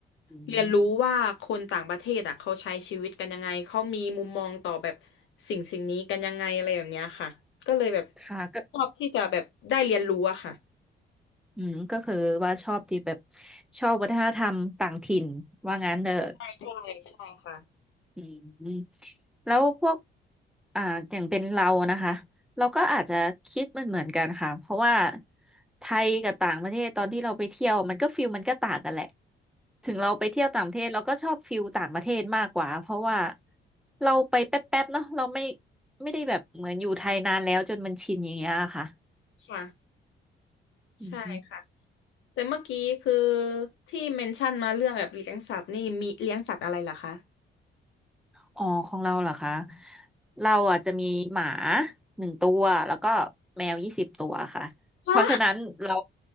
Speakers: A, in the centre; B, on the left.
A: อืม
B: เรียนรู้ว่าคนต่างประเทศอ่ะเขาใช้ชีวิตกันยังไงเขามีมุมมองต่อแบบสิ่งสิ่งนี้กันยังไงอะไรแบบเนี้ยค่ะก็เลยแบบ
A: ค่ะก็
B: ชอบที่จะแบบได้เรียนรู้อะค่ะ
A: อืมก็คือว่าชอบที่แบบชอบวัฒนธรรมต่างถิ่นว่างั้นเด้อ
B: ใช่ใช่ใช่ค่ะ
A: อืมแล้วพวกอ่าอย่างเป็นเรานะคะ เราก็อาจจะคิดมันเหมือนกันค่ะเพราะว่าไทยกับต่างประเทศตอนที่เราไปเที่ยวมันก็ฟิลมันก็ต่างกันแหละถึงเราไปเที่ยวต่างประเทศเราก็ชอบฟิลต่างประเทศมากกว่าเพราะว่าเราไปแป๊บๆเนาะเราไม่ไม่ได้แบบเหมือนอยู่ไทยนานแล้วจนมันชินอย่างเงี้ยค่ะ
B: ค่ะ
A: อืม
B: ใช่ค่ะแต่เมื่อกี้คือที่เมนชั่นมาเรื่องแบบเลี้ยงสัตว์นี่มีเลี้ยงสัตว์อะไรเหรอคะ
A: อ๋อของเราเหรอคะเราอ่ะจะมีหมาหนึ่งตัวแล้วก็แมวยี่สิบตัวค่ะเพราะฉะนั้นเรา
B: ฮะ